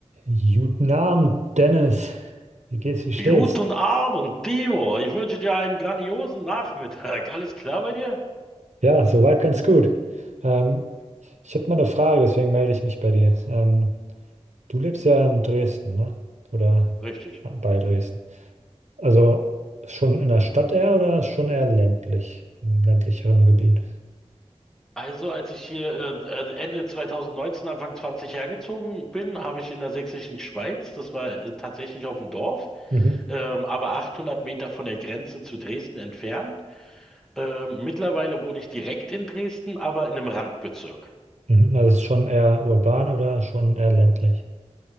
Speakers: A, on the right; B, in the centre.
A: Guten Abend, Dennis. Wie geht's, wie steht's?
B: Guten Abend, Timo. Ich wünsche dir einen grandiosen Nachmittag. Alles klar bei dir?
A: Ja, soweit ganz gut. Ähm, ich habe mal eine Frage, deswegen melde ich mich bei dir. Ähm, du lebst ja in Dresden, ne? Oder
B: Richtig.
A: bei Dresden. Also schon in der Stadt eher oder schon eher ländlich, im ländlicheren Gebiet?
B: Also, als ich hier äh, äh, Ende 2019, Anfang 20 hergezogen bin, habe ich in der sächsischen Schweiz, das war äh, tatsächlich auf dem Dorf,
A: Mhm.
B: ähm, aber 800 Meter von der Grenze zu Dresden entfernt. Ähm, mittlerweile wohne ich direkt in Dresden, aber in einem Randbezirk.
A: Mhm. Also es ist schon eher urban oder schon eher ländlich?